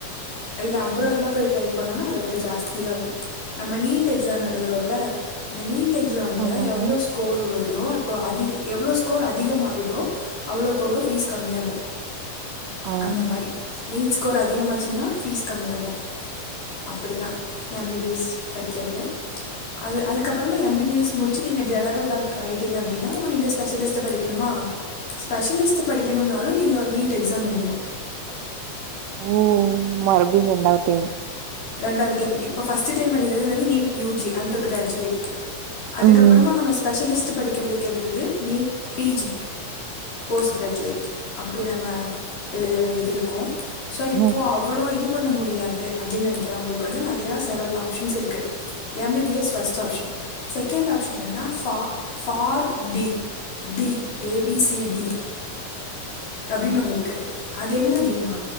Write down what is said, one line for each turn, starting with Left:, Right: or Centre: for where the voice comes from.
Left: இதுல அப்ராட்லா போய் ட்ரை பண்ணோனா அத விட ஜாஸ்திய ஆகு நம்ம நீட் எக்ஸாம் எழுதுறோல அ நீட் ட் எக்ஸாம்ல
Right: ஆமாங்க
Left: எவ்ளோ ஸ்கோரு வருதோ அப்போ அதிக எவ்ளோ ஸ்கோர் அதிகமாகுதோ அவ்ளோக்கவ் வ்ளோ ஃபீஸ் கம்மியாகு
Right: ஆ
Left: அந்த மாரி நீட் ஸ்கோர் அதிகமாச்சுனா கம்மியாகு அப்டிதா எம் பி பி எஸ் படிக்கிறது அது அதுக்கப்பறமா எம் பி பி எஸ் முடிச்சு நீங்க ஜெனரல் டாக்ட்ராய்டீங்க அப்டினா உங்க நீங்க ஸ்பெஷலிஸ்ட்டு படிக்கணுமா ஆ ஸ்பெஷலிஸ்ட்டு படிக்கணுனாலு நீங்க நீட் எக்ஸாம் எழுதனு
Right: ஓ மறுபடியு ரெண்டாவ்து டைம்
Left: ரெண்டாவ்து டைம் இப்ப ஃபஸ்ட்டு டைம் எழுதுறது வந்து NEET U G undergraduate அதுக்கப்பறமா
Right: ம்
Left: நம்ம ஸ்பெஷலிஸ்ட்டு படிக்கிறதுக்கு எழுதுது NEET P G post graduate அப்டி நம்ம எழுத வேண்டியது இருக்கு ஸோ இப்போ
Right: ம்
Left: அவ்ளோ இது பண்ண முடியாது அப்டின் நெனைக் றவ்ங்களுக்கு வந்து நெறையா செவரல் ஆப்ஷன்ஸ் இருக்கு M B B S first option second option என்னன்னா ஃபா form D D A B C D அப்டினு ஒன்னுருக்கு அதென்ன அப்டின்னா